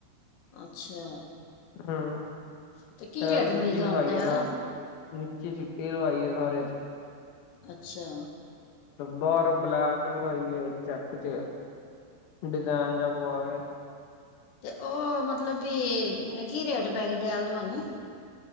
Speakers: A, on the left (about 80°); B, on the left (about 65°).
A: ਅੱਛਾ।
B: ਹਮ
A: ਅਤੇ ਕੀ
B: ਟੈਲ
A: ਰੇਟ
B: ਦੂਜੀ
A: ਮਿਲੀ ਤੁਹਾਨੂੰ
B: ਲਵਾਈਏ
A: ਟਾਈਲ
B: ਨਾ ਨੀਚੇ ਚ ਇਹ ਆਈ ਏ ਸਾਰਿਆਂ ਚ।
A: ਅੱਛਾ
B: ਬਾਰ ਉਹ ਬਲੈਕ ਲਵਾਈ ਚੈੱਕ ਚ ਡਿਜਾਇਨ ਜਾ ਪਵਾ ਕੇ।
A: ਤੇ ਉਹ ਮਤਲਬ ਕਿ ਕੀ ਰੇਟ ਪੈ ਗਈ ਟੈਲ ਤੂਆਨੂੰ।